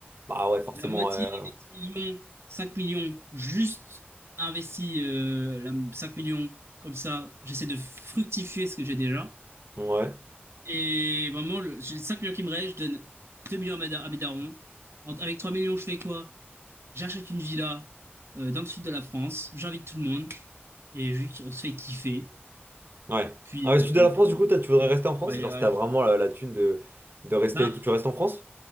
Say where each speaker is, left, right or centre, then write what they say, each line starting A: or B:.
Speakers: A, on the right; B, on the right.
A: Bah ouais, forcément.
B: La moitié
A: euh,
B: des 10 millions, 5 millions, juste investi euh, la- 5 millions, comme ça, j'essaie de fructifier ce que j'ai déjà.
A: Ouais.
B: Et vraiment, le, j'ai 5 millions qui me restent, je donne 2 millions à, ma da- à mes darons. En- avec 3 millions, je fais quoi? J'achète une villa euh, dans le sud de la France, j'invite tout le monde, et juste, on se fait kiffer.
A: Ouais.
B: Puis,
A: Ah ouais, sud
B: euh,
A: de la France,
B: puis,
A: du coup, toi, tu
B: puis,
A: voudrais rester en France?
B: voyage.
A: Genre, si t'as vraiment la, la thune de, de rester
B: Bah,
A: et tout, tu restes en France?